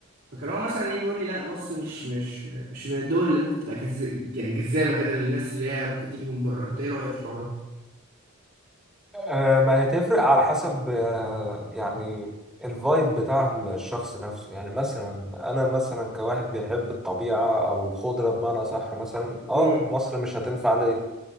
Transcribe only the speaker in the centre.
آه ما هتفرق على حسب آه يعني الفايب بتاع الشخص نفسه يعني مثلا انا مثلا كواحد بيحب الطبيعة او الخضرة بمعنى صح مثلا اه
مصر مش هتنفع ليه